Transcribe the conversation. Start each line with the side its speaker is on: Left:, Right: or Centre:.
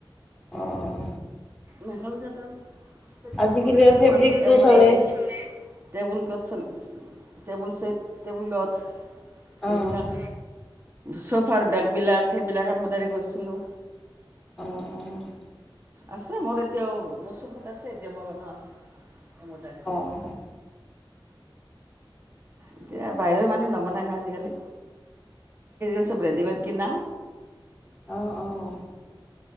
Centre: অঁ
Right: মেখেলা চাদৰ চেট
Centre: আজিকালি
Right: কৰি বনাইছিলো,
Centre: ফেব্ৰিকটো
Right: ম এম্ব-এম্বডাৰীৰ।
Centre: চলে
Right: টেবুল ক্লথ চথ, টেবুল চেট, টেবুল ক্লথ।
Centre: অ',
Right: এইবিলাক, চফাৰ বেগ বিলাক সেইবিলাক এমব্ৰডাৰী কৰিছিলো।
Centre: অ'।
Right: আছে মোৰ এতিয়াও, চফাত আছে এতিয়া মই বন এম্বদাৰী
Centre: অ',
Right: চেট। এতিয়া বাহিৰৰ মানুহে নবনায় না আজিকালি, <unintelligible>
Centre: অ',
Right: চব ৰেডিমেড কিনা।
Centre: অ', অ'।